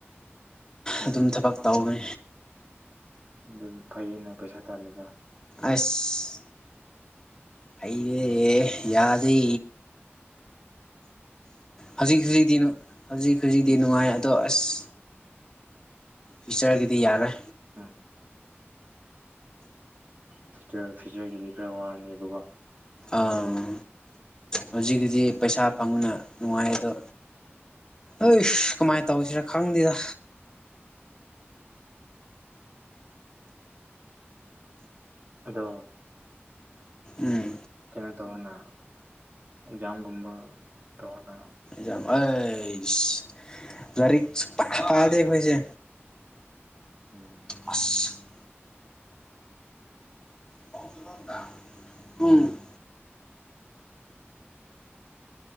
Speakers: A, on the right; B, on the left.
A: ꯎꯝ
B: ꯑꯗꯨꯝ ꯊꯕꯛ ꯇꯧꯋꯤ꯫
A: ꯗꯨ ꯐꯩꯌꯦꯅ ꯄꯩꯁꯥ ꯇꯥꯜꯂꯤꯒ
B: ꯑꯁ ꯐꯩꯌꯦꯌꯦ ꯌꯥꯗꯤ꯫ ꯍꯧꯖꯤꯛ ꯍꯧꯖꯤꯛꯗꯤ ꯅꯨ ꯍꯧꯖꯤꯛ ꯍꯧꯖꯤꯛꯗꯤ ꯅꯨꯡꯉꯥꯏ ꯑꯗꯣ ꯑꯁ ꯐꯤꯆꯔꯒꯤꯗꯤ ꯌꯥꯔꯦ
A: ꯎꯝ ꯐꯤꯌꯨꯆꯔ ꯐꯤꯌꯨꯆꯔꯒꯤꯗꯤ ꯈꯔꯥ ꯋꯥꯅꯦꯕꯕꯣ
B: ꯑꯥ ꯍꯧꯖꯤꯛꯀꯤꯗꯤ ꯄꯩꯁꯥ ꯐꯪꯕꯅ ꯅꯨꯡꯉꯥꯏ ꯑꯗꯣ ꯑꯦꯁ ꯀꯃꯥꯏ ꯇꯧꯁꯤꯔꯥ ꯈꯪꯗꯦꯗ
A: ꯑꯗꯣ
B: ꯎꯝ
A: ꯀꯩꯅꯣ ꯇꯧꯋꯣꯅ ꯑꯦꯛꯖꯥꯝꯒꯨꯝꯕ ꯇꯧꯋꯣꯅ
B: ꯌꯥꯝ ꯑꯩꯁ ꯂꯥꯏꯔꯤꯛ ꯁꯨꯛꯄꯥ ꯄꯥꯗꯦ ꯑꯩꯈꯣꯏꯁꯦ
A: ꯎꯝ
B: ꯑꯁ ꯐꯧ ꯁꯨꯕꯝꯗ ꯎꯝ <inaudible>